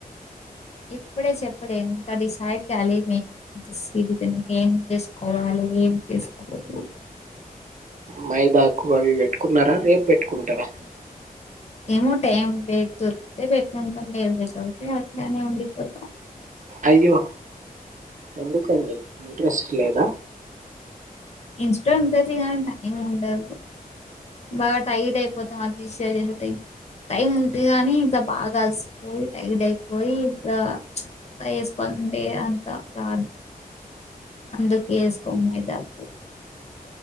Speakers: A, on the left; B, on the right.
A: ఇప్పుడే చెప్పలేను ఇంకా డిసైడ్ కాలేదు నేను డిసైడ్ అయిపోయినంక, ఏం చేసుకోవాలి ఏం చేసుకోదు
B: మయి బ్యాక్కు అవి పెట్టుకున్నారా? రేపు పెట్టుకుంటారా?
A: ఏమో టైం వే దొరికితే పెట్టుకుంటాం. టైం లేకపోతే అట్లానే ఉండిపోతాం.
B: అయ్యో ఎందుకండి ఇంట్రెస్ట్ లేద?
A: ఇన్స్ట ఉంటది కానీ టైం ఉండదు. బాగా టైడ్ అయిపోతాం అది తీసి ఇది ఏసె టై టైమ్ ఉంటె గాని, ఇంకా బాగా అలిసిపోయి టైడ్ అయిపోయి, ఇట్లా వేసుకో అంటె అంత రాదు. అందుకే ఏసుకోమ్ మయిదాకు